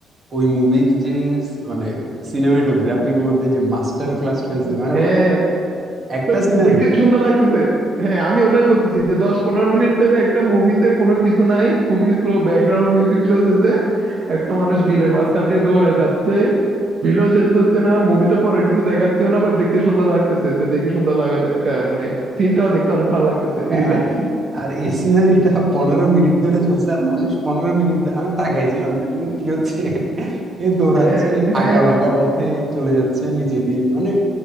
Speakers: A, on the right; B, on the right.
A: ওই মুভির যে স- মানে সিনেমাটোগ্রাফির মধ্যে যে মাস্টার ক্লাস রয়েছে মানে
B: হ্যাঁ
A: ওই একটা
B: বাট
A: সিনারি
B: দেখতে সুন্দর লাগতেছে হ্যাঁ আমি ওটাই বলতেছি যে দশ পনেরো মিনিট ধরে একটা মুভিতে কোনো কিছু নাই খুবই স্লো ব্যাকগ্রাউন্ড মিউজিক চলতেছে একটা মানুষ বিলের মাঝখান দিয়ে দৌড়ায় যাচ্ছে বিলও শেষ হচ্ছে না মুভিতে পরে কিছু দেখাচ্ছেও না বাট দেখতে সুন্দর লাগতেছে যে দেখে সুন্দর লাগা যায় একটা মানে সিনটাও দেখতে অনেক ভালো লাগতেছে রিল্যাক্সিং
A: আর আর এই সিনারিটা পনেরো মিনিট ধরে চলছে আর মানুষ পনেরো মিনিট ধরে আমি তাকাইছিলাম যে আসলে কি হচ্ছে এখানে? এ দৌড়াচ্ছে
B: হ্যাঁ হ্যাঁ
A: আঁকা বাঁকা পথে চলে যাচ্ছে নিচে দিয়ে মানে